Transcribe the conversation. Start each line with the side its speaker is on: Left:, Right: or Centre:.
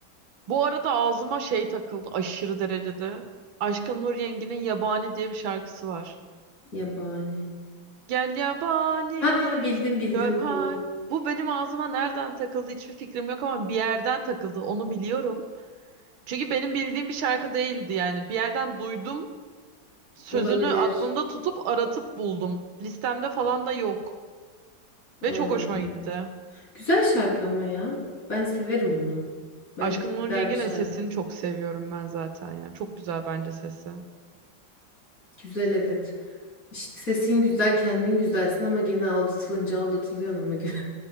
Right: Bu arada ağzıma şey takıldı aşırı derecede. Aşkın Nur Yengi'nin Yabani diye bir şarkısı var.
Left: Yabani.
Right: Gel yabani
Left: Ha bildim bildim
Right: gör hal.
Left: tamam.
Right: Bu benim ağzıma nereden takıldı hiçbir fikrim yok ama bir yerden takıldı onu biliyorum. Çünkü benim bildiğim bir şarkı değildi yani. Bir yerden duydum sözünü
Left: Olabilir.
Right: aklımda tutup aratıp buldum. Listemde falan da yok. Ve
Left: Hmm.
Right: çok hoşuma gitti.
Left: Güzel şarkı ama ya. Ben severim onu. Bence
Right: Aşkın
Left: güzel
Right: Nur Yengi'nin
Left: bir şarkı.
Right: sesini çok seviyorum ben zaten ya. Çok güzel bence sesi.
Left: Güzel evet. İşte sesin güzel, kendin güzelsin ama gene aldatılınca aldatılıyorsun ama <laughs> güzel.